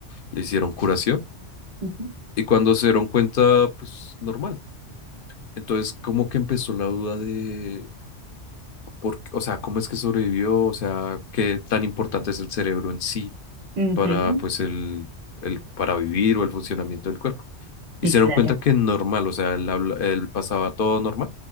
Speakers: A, on the left; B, on the right.
A: le hicieron curación
B: ujú,
A: Y cuando se dieron cuenta, pues normal. Entonces, como que empezó la duda de, por, qué- o sea, cómo es que sobrevivió, o sea, qué tan importante es el cerebro en sí
B: ujú,
A: para, pues, el, el, para vivir o el funcionamiento del cuerpo. Y
B: Sí,
A: se
B: claro.
A: dieron cuenta que normal, o sea, él, habla- él pasaba todo normal,